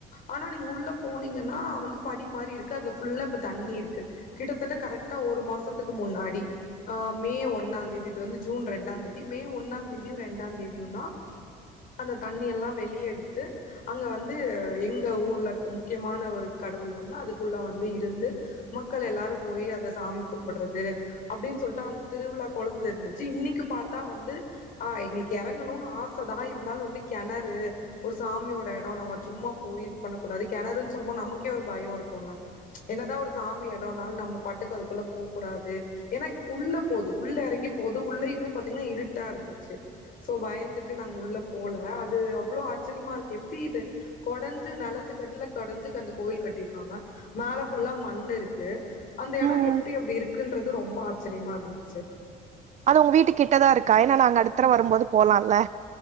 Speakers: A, on the left; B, on the right.
A: ஆனா நீங்க உள்ள போனி கன்னா வந்து படி மாரி இருக்கு அதுல ஃபுல்லா இப்ப தண்ணி இருக்கு கிட்டத்தட்ட கரெக்டா ஒரு மாசத்துக்கு முன்னா னாடி அ மே ஒன்னா தேதி இது வந்து ஜூன் ரெண்டா தேதி மே ஒன்னா தேதியு ரெண்டா தேதியுந்தா அந்த தண்ணி எல்லா வெளிய எடுத்து அங்க வந்து எங்க ஊர்ல இருக்க மு முக்கியமான ஒரு கடவுள் வந்து அதுக்குள்ள வந்து இருந்து மக்கள் எல்லாரு போய் அத சாமி கும்பிடறது அப்டின்னு சொல்ட்டு அந்த திருவிழா கொளத்துல இருந்துச்சு இன்னிக்கி பாத்தா வந்து அ எங்களுக்கு எறங்கணு ஆசதா இருந்தாலு வந்து கெணறு ஒரு சாமியோட எடோ நம்ம சும்மா போய் இது பண்ணகூடாது கெணறுன்ன சொல்லு போது நமக்கே ஒரு பயோ இருக்குல்ல என்னதா ஒரு சாமி எடோனாலு நம்ம பாட்டுக்கு அதுக்குள்ள போ கூடா னது ஏன்னா உள்ள போது உள்ள எறங்கி போது உள்ளயுமே பாத்தீங்கன்னா இருட்டா இருந்துச்சு சோ பயந்துட்டு நாங்க உள்ள போல அது அவ்ளோ ஆச்சரியமா இருக்கு எப்டி இத கொடஞ்சு நெலத் த்துகடையில கொடஞ்சு அந்த கோயில் கட்டிருக்காங்க மேல ஃபுல்லா மண்ணிருக்கு அந்த எடோ
B: ம்
A: எப்டி அப்டி இருக்குன்றது ரொம்ப ஆச்சரியமா இருந்துச்சு
B: அது உங்க வீட்டு கிட்டதா இருக்கா ஏன்னா நாங்க அடுத்த தடவ வரும்போது போலால்ல